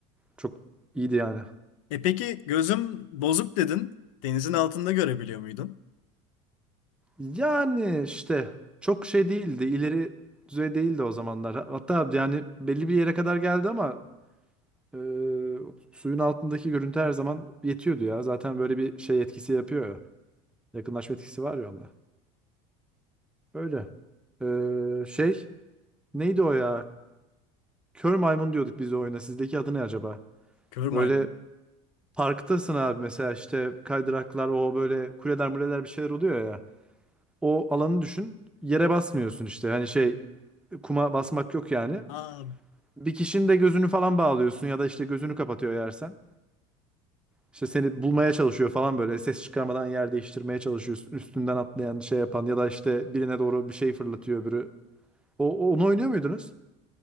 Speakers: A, in the centre; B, on the left.
A: çok iyiydi yani.
B: E peki gözüm bozuk dedin. Denizin altında görebiliyor muydun?
A: Yani işte çok şey değildi, ileri düzey değildi o zamanlar. Hatta yani belli bir yere kadar geldi ama e, suyun altındaki görüntü her zaman yetiyordu ya. Zaten böyle bir şey etkisi yapıyor ya. Yakınlaşma etkisi var ya onda. Öyle. E, şey neydi o ya? Kör maymun diyorduk biz o oyuna. Sizdeki adı ne acaba?
B: Kör maymun.
A: Böyle parktasın abi mesela işte kaydıraklar o böyle kuleler muleler bir şeyler oluyor ya. O alanı düşün. Yere basmıyorsun işte. Hani şey kuma basmak yok yani.
B: Aa
A: Bir kişinin de gözünü falan bağlıyorsun ya da işte gözünü kapatıyor yersen. İşte seni bulmaya çalışıyor falan böyle ses çıkarmadan yer değiştirmeye çalışıyorsun. Üstünden atlayan şey yapan ya da işte birine doğru bir şey fırlatıyor öbürü. O, o- onu oynuyor muydunuz?